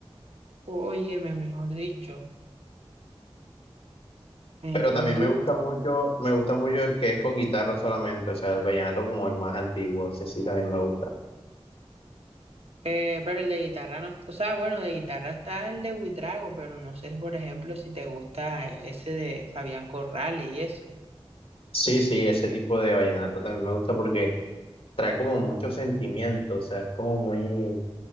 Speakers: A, on the right; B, on the left.
A: Óyeme, mejor dicho, mejor
B: Pero también
A: dicho.
B: me gusta mucho, me gusta mucho el que es con guitarra solamente. O sea, el vallenato como el más antiguo, ese sí también me gusta.
A: Eh, pero el de guitarra no está, o sea, bueno, de guitarra está el de Huitrago, pero no sé, por ejemplo, si te gusta ese de Fabián Corrales y eso.
B: Sí, sí, ese tipo de vallenato también me gusta porque trae como mucho sentimiento. O sea, es como muy,